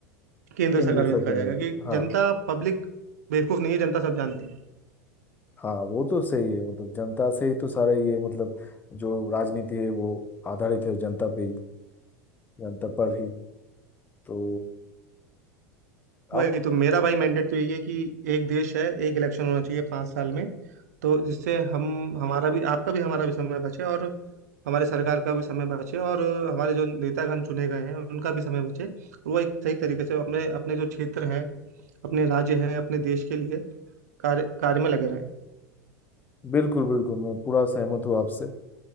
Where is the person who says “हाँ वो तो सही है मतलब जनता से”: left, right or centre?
Left